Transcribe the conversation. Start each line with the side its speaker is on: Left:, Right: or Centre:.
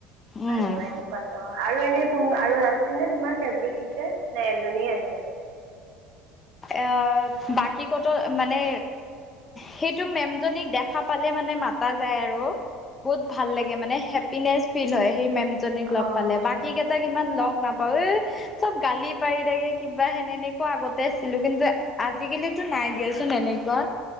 Left: উম।
Right: আৰু এনেকুৱাতো আৰু এনে <unintelligible> আৰু আছিলনে তোমাৰ ফেভৰেইট টিচাৰ? নে এজনেই আছিল?
Left: এ বাকী কত মানে সেইটো মেমজনীক দেখা পালে মানে মাতা যায় আৰু বহুত ভাল লাগে। মানে হেপিনেচ ফিল হয়, হেই মেম জনীক
Right: অ',
Left: লগ পালে,
Right: আচ্ছা,
Left: বাকী কেইটাক ইমান লগ নাপায়ে, চব গালি পাৰি থাকে কিবা সেনে-নেকুৱা আগতে আছিলো কিন্তু আজিকালিতো নাই দিয়াচোন এনেকুৱা।